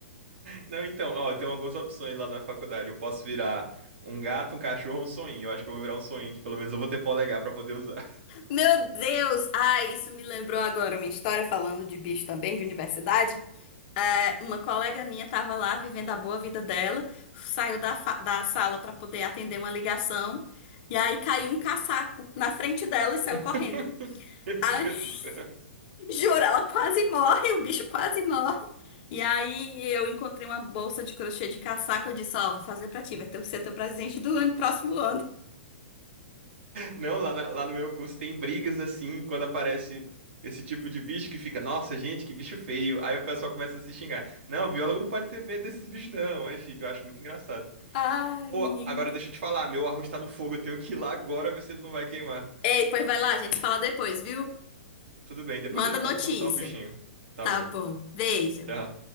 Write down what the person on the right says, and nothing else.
Não, então, ó, tem algumas opções lá na faculdade. Eu posso virar um gato, um cachorro ou um soninho. Eu acho que eu vou virar um soninho, que pelo menos eu vou ter polegar pra poder usar.
<laughs>
Meu
Deus do céu.
Não, lá, na- lá no meu curso tem brigas assim, quando aparece esse tipo de bicho que fica, nossa, gente, que bicho feio. Aí o pessoal começa a se xingar. Não, biólogo não pode ter medo desses bichos, não. Aí fica, eu acho muito engraçado.
Pô,
agora deixa eu te falar, meu arroz tá no fogo, eu tenho que ir lá agora ver se ele não vai queimar.
Tudo bem, depois
eu te
conto como tá o bichinho. Tá
bom.
Tchau.